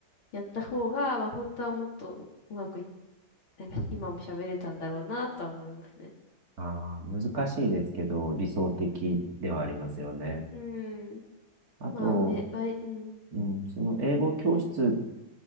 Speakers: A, on the left; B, on the right.
A: やった方が、まあ本当はもっとうまくい、なんか今も喋れたんだろうなとは思いますね。
B: ああ、難しいですけど、理想的ではありますよね。
A: うーん。
B: あと、
A: まあね、バイ、うん。
B: うん、その英語教室っ